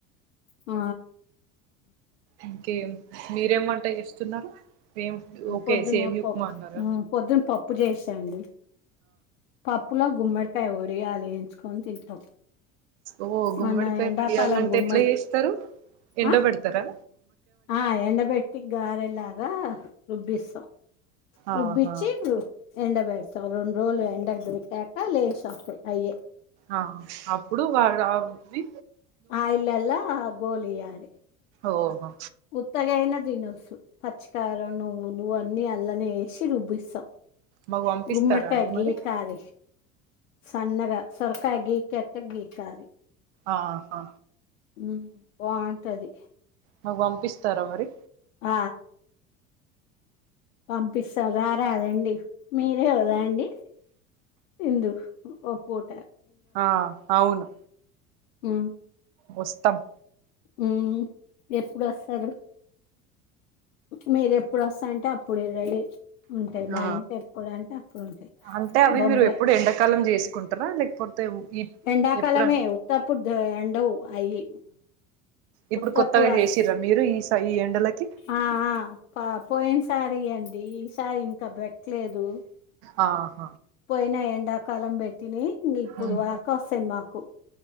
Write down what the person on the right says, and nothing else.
ఇంకే మీరు మీరేమంట చేస్తున్నారు ఏం ఓకే
సేమ్
ఉప్మా అన్నార
ఓ గుమ్మడికాయ
వడియాల అంటే
ఎట్లా చేస్తారు ఎండబడతారా
ఆహా
ఆ అప్పుడు వాడా వు వి
ఓహో
మాకు పంపిస్తారా
అండి
మరి
ఆహా
మాకు పంపిస్తారా మరి
ఆ అవునూ
వస్తమ్
ఆ
అంటే అవి
మీరు ఎప్పుడు ఎండాకాలం చేసుకుంటారా లేకపోతే ఈ
ఎప్పుడ
ఇప్పుడు
కొత్తగా
చేసిర్రా మీరు ఈ స ఈ ఎండలకి
ఆహ
ఉమ్.